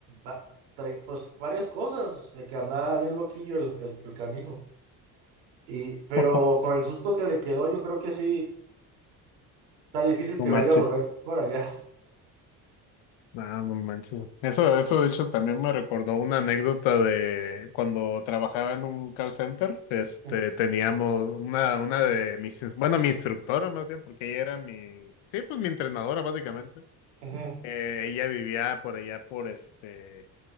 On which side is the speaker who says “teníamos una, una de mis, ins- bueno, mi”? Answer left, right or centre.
Left